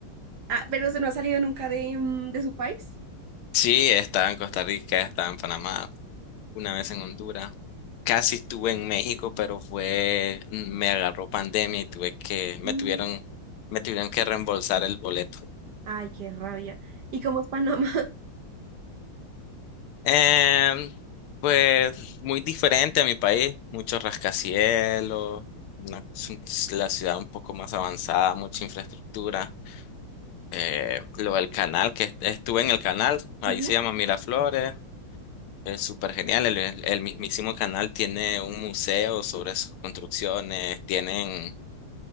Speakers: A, on the right; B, on the left.
A: Ah, pero usted no ha salido nunca de, mm, de su país.
B: Sí, estaba en Costa Rica, estaba en Panamá, una vez en Honduras. Casi estuve en México, pero fue, me agarró pandemia y tuve que, me
A: Mm,
B: tuvieron, me tuvieron que reembolsar el boleto.
A: Ay, qué rabia. ¿Y cómo es Panamá? <laughs>
B: Em, pues muy diferente a mi país, muchos rascacielos, una- es un- es la ciudad un poco más avanzada, mucha infraestructura. Eh, lo del canal, que est- estuve en el canal, ahí
A: Ujú,
B: se llama Miraflores, es súper genial. El, el- el mismísimo canal tiene un museo sobre sus construcciones, tienen